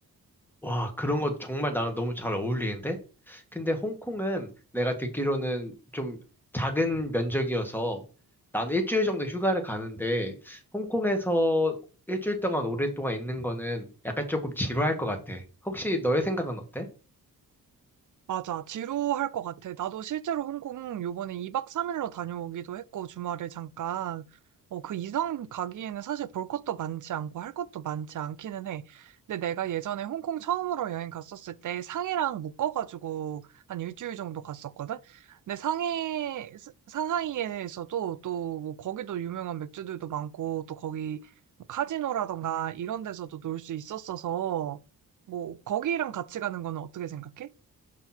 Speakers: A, in the centre; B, on the right.
A: 와, 그런 거 정말 나랑 너무 잘 어울리는데? 근데 홍콩은 내가 듣기로는 좀 작은 면적이어서 난 일주일 정도 휴가를 가는데 홍콩에서 일주일 동안 오랫동안 있는 거는 약간 조금 지루할 것 같아. 혹시 너의 생각은 어때?
B: 맞아. 지루할 것 같아. 나도 실제로 홍콩 요번에 2박 3일로 다녀오기도 했고, 주말에 잠깐. 어, 그 이상 가기에는 사실 볼 것도 많지 않고 할 것도 많지 않기는 해. 근데 내가 예전에 홍콩 처음으로 여행 갔었을 때 상해랑 묶어가지고 한 일주일 정도 갔었거든? 근데 상해, 스- 상하이에서도 또뭐 거기도 유명한 맥주들도 많고, 또 거기 뭐 카지노라던가 이런 데서도 놀 수 있었어서, 뭐, 거기랑 같이 가는 거는 어떻게 생각해?